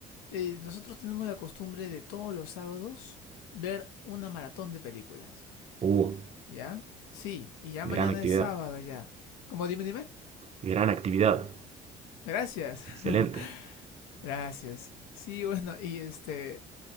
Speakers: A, on the left; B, on the right.
A: eh, nosotros tenemos la costumbre de todos los sábados ver una maratón de películas,
B: Uh,
A: ¿ya? Sí, y ya
B: gran
A: mañana
B: actividad.
A: es sábado ya. ¿Cómo dime, dime?
B: Gran actividad.
A: Gracias.
B: Excelente.
A: <laughs> Gracias. Sí, bueno, y este,